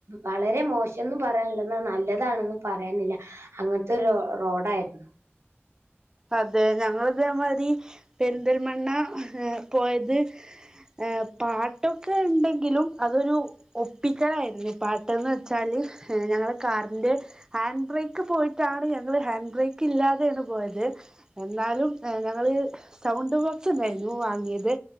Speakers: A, on the right (about 75°); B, on the right (about 15°).
A: വളരെ മോശംന്ന് പറയാനില്ല എന്നാ നല്ലതാണെന്നും പറയാനില്ല അങ്ങനത്തൊരു റൊ റോഡായിരുന്നു
B: അതെ ഞങ്ങള് ഇതേമാരി പെരിന്തൽമണ്ണ ഏ പോയത് ഏ പാട്ടൊക്കെ ഉണ്ടെങ്കിലും അതൊരു ഒപ്പിക്കലായിരുന്നു, പാട്ടന്ന് വെച്ചാല് ഞങ്ങളെ കാറിന്റെ ഹാൻഡ് ബ്രേക്ക് പോയിട്ടാണ് ഞങ്ങൾ ഹാൻഡ് ബ്രേക്ക് ഇല്ലാതെയാണ് പോയത് എന്നാലും ഞങ്ങള് സൗണ്ട് ബോക്സ് ഉണ്ടായിരുന്നു വാങ്ങിയത്